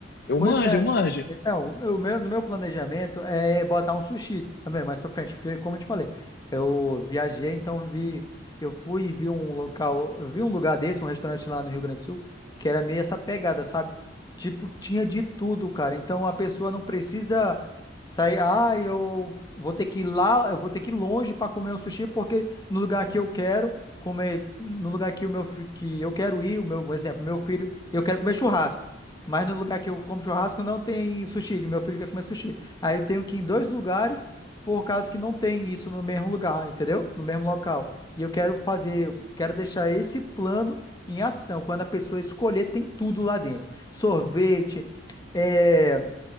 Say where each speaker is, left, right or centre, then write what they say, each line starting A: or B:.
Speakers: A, on the left; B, on the left.
A: Eu
B: Pois
A: manjo,
B: é.
A: eu manjo.
B: Então, o meu, meu- no meu planejamento é botar um sushi também mais pra frente, porque como eu te falei, eu viajei, então vi, eu fui e vi um local, eu vi um lugar desse, um restaurante lá no Rio Grande do Sul, que era meio essa pegada, sabe? Tipo, tinha de tudo, cara. Então a pessoa não precisa sair, ah, eu vou ter que ir lá, eu vou ter que ir longe pra comer um sushi, porque no lugar que eu quero comer, no lugar que o meu fi- que eu quero ir, o meu, um exemplo, meu filho, eu quero comer churrasco. Mas no lugar que eu como churrasco não tem sushi, que meu filho quer comer sushi. Aí eu tenho que ir em dois lugares, por causa que não tem isso no mesmo lugar, entendeu? No mesmo local. E eu quero fazer, eu quero deixar esse plano em ação. Quando a pessoa escolher, tem tudo lá dentro. Sorvete, é,